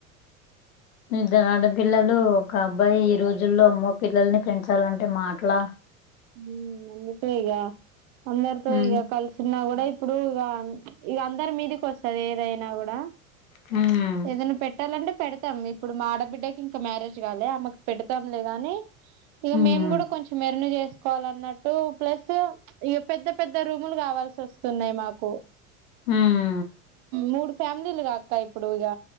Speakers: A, on the left (about 70°); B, on the right (about 40°).
A: ఇద్దరు ఆడపిల్లలు ఒక అబ్బాయి ఈ రోజుల్లో అమ్మో పిల్లల్ని పెంచాలంటే మాటలా
B: ఉం అందుకే ఇగా అందరితో
A: ఉమ్
B: ఇగా కల్సి స్తున్నా కూడా ఇప్పుడు ఇగ ఇగ అందరి మీదికి వస్తది ఏదైనా కూడా
A: ఆ
B: ఏదైనా పెట్టాలంటే పెడతాం ఇప్పుడు మా ఆడబిడ్డకి ఇంకా మ్యారేజ్ కాలే ఆమెకు పెడతాంలే గాని ఇగా
A: ఉమ్
B: మేము కూడా కొంచెం ఎర్న్ చేసుకోవాల అన్నట్టు ప్లస్ ఇగ పెద్ద పెద్ద రూములు కావాల్సి వస్తున్నాయి మాకు
A: మ్
B: మూడు ఫ్యామిలీలుగా అక్క ఇప్పుడు ఇగ